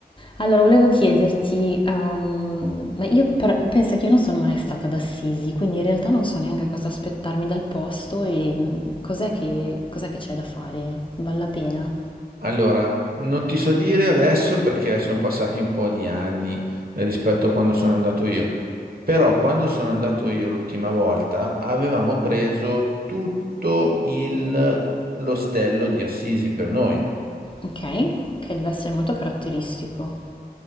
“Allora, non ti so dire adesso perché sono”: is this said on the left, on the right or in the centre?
Right